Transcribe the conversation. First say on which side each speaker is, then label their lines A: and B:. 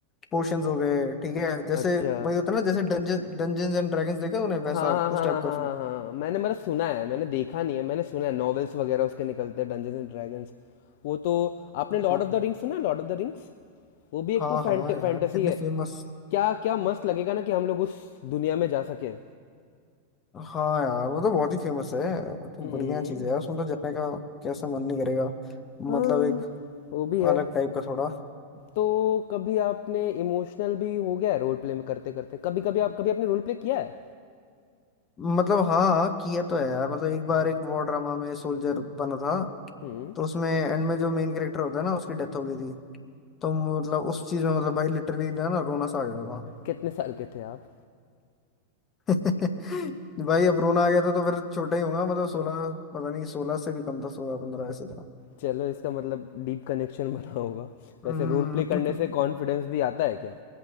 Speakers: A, on the left; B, on the left.
A: पोशंस हो गए ठीक है जैसे
B: अच्छा
A: वही होता है ना जैसे डंजन डंजन्स एंड ड्रैगन्स देखा उन्हें
B: हाँ
A: वैसा
B: हाँ
A: उस
B: हाँ
A: टाइप
B: हाँ हाँ
A: का feel।
B: हाँ हाँ। मैंने मतलब सुना है मैंने देखा नहीं है मैंने सुना है नॉवेल्स वगैरह उसके निकलते हैं डंजन्स एंड ड्रैगन्स वो तो आपने लॉर्ड
A: हाँ
B: ऑफ द रिंग्स सुना है लॉर्ड ऑफ द रिंग्स वो भी एक
A: हाँ
B: तो फैंट
A: हाँ यार
B: फैंटेसी
A: कितने
B: है
A: फेमस
B: क्या क्या मस्त लगेगा ना कि हम लोग उस दुनिया में जा सके
A: हाँ यार वो तो बहुत ही फेमस है वो तो
B: हम्म
A: बढ़िया चीज है यार उसमें तो जाने का कैसा मन नहीं करेगा
B: हाँ
A: मतलब एक
B: वो भी है
A: अलग टाइप का थोड़ा
B: तो कभी आपने इमोशनल भी हो गया है रोल प्ले में करते करते कभी कभी आप कभी आपने रोल प्ले किया है
A: मतलब हाँ किया तो है यार मतलब एक बार एक वॉर ड्रामा में सोल्जर बना था
B: हम्म
A: तो उसमें एंड में जो मेन कैरेक्टर होता है ना उसकी डेथ हो गई थी तो मतलब उस चीज में मतलब भाई लिटरली ना ना रोना सा आ गया था
B: कितने साल के थे आप
A: <laughs> भाई अब रोना आ गया था तो फिर छोटा ही होगा मतलब सोलह पता नहीं सोलह से भी कम था सोलह पंद्रह ऐसे था
B: चलो इसका मतलब डीप कनेक्शन <laughs> बना होगा वैसे
A: हम्म
B: रोल प्ले करने से
A: <laughs>
B: कॉन्फिडेंस भी आता है क्या